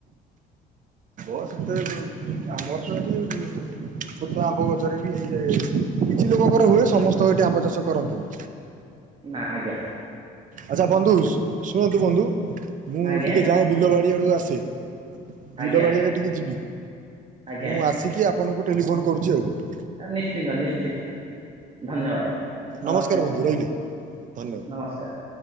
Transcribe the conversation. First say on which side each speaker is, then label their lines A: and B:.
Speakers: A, on the right; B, on the right.
A: <unintelligible> ଆମର ତ ଏଠି ଛୋଟ ଆମ୍ବ ଗଛରେ ବି ହେଇଯାଏ କିଛି ଲୋକଙ୍କର ହୁଏ ସମସ୍ତ ଏଠି ଆମ୍ବ ଚାଷ କରନ୍ତିନି।
B: ନା ଆଜ୍ଞା।
A: ଆଚ୍ଛା ବନ୍ଧୁ ଶୁଣନ୍ତୁ ବନ୍ଧୁ ମୁଁ
B: ଆଜ୍ଞା
A: ଟିକେ ଯାଏ ବିଲବାଡି ଆଡୁ ଆସେ। ବିଲବାଡ଼ି
B: ଆଜ୍ଞା
A: ଆରେ ଟିକେ ଯିବି
B: ଆଜ୍ଞା
A: ମୁଁ ଆସିକି ଆପଣଙ୍କୁ ଟେଲିଫୋନ କରୁଚି ଆଉ।
B: ନିଶ୍ଚିନ୍ତ ନିଶ୍ଚିନ୍ତ। ଧନ୍ୟବାଦ ନମସ୍କାର
A: ନମସ୍କାର ବନ୍ଧୁ ରହିଲି ଧନ୍ୟବାଦ।
B: ନମସ୍କାର।